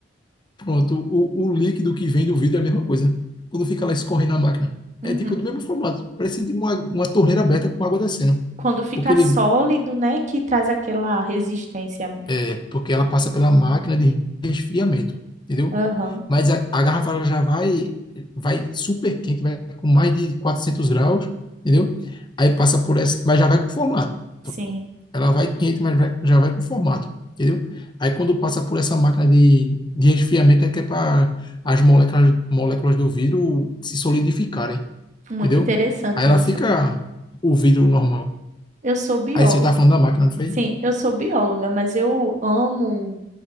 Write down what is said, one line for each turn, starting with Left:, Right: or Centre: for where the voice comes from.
Left: Pronto, o, o líquido que vem do vidro é a mesma coisa. Quando fica lá escorrendo na máquina.
Right: uhum.
Left: É tipo do mesmo formato. Parece de uma, uma torneira aberta com água descendo.
Right: Quando fica
Left: Porque ele,
Right: sólido, né, que traz aquela resistência.
Left: É, porque ela passa pela máquina de resfriamento, entendeu?
Right: Aham,
Left: Mas a, a garrafa ela já vai vai super quente, vai com mais de 400 graus, entendeu? Aí passa por essa, mas já vai com formato.
Right: sim.
Left: Ela vai quente, mas vai- já vai com formato, entendeu? Aí quando passa por essa máquina de, de resfriamento é que é para as moléculas, moléculas do vidro se solidificarem,
Right: Muito
Left: entendeu?
Right: interessante
Left: Aí ela
Right: isso.
Left: fica o vidro normal.
Right: Eu sou bióloga.
Left: Aí você tá falando da máquina, não foi?
Right: Sim, eu sou bióloga, mas eu amo